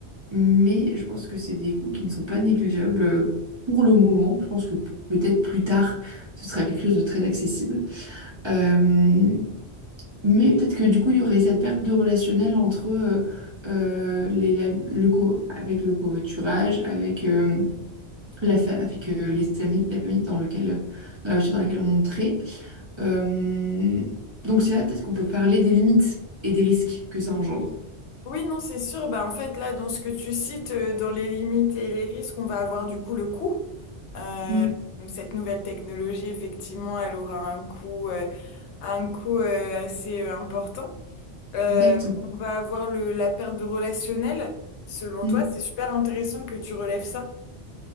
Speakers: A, on the right (about 30°); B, on the left (about 85°).
A: mais je pense que c'est des coûts qui ne sont pas négligeables euh, pour le moment. Je pense que p- peut-être plus tard, ce sera quelque chose de très accessible. Euh, mais peut-être que du coup, il y aurait cette perte de relationnel entre euh, euh, les, la- le co- avec le covoiturage, avec, euh, la fa- avec euh, les amis, la famille dans, lequel, dans la voiture dans laquelle on montrait. Euh, donc c'est là peut-être qu'on peut parler des limites et des risques que ça engendre.
B: Oui, non, c'est sûr. Bah, en fait, là, dans ce que tu cites, euh, dans les limites et les risques, on va avoir du coup le coût. Euh,
A: Mm,
B: donc, cette nouvelle technologie, effectivement, elle aura un coût, euh, un coût euh, assez euh, important. Euh,
A: exactement.
B: on va avoir le, la perte de relationnel. Selon
A: Mm,
B: toi, c'est super intéressant que tu relèves ça.